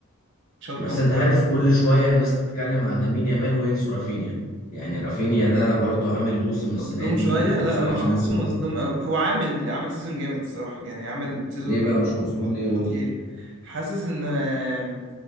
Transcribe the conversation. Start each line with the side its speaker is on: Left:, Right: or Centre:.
Right: شاط
Left: بس
Right: كام
Left: انت
Right: كورة
Left: عارف
Right: برضه.
Left: كل شوية الناس تتكلم عن لامين يامال وينسوا رافينيا يعني رافينيا ده برضو عامل موسم السنة
Right: مظلوم
Left: دي
Right: شوية
Left: بصراحة
Right: لا أنا مش حاسه
Left: موسم
Right: مظلوم قوي هو عامل عامل سيزون جامد الصراحة يعني عامل سيزون
Left: ليه بقى مش مظلوم
Right: خط-
Left: ليه
Right: خطير
Left: قول لي
Right: حاسس إن آه،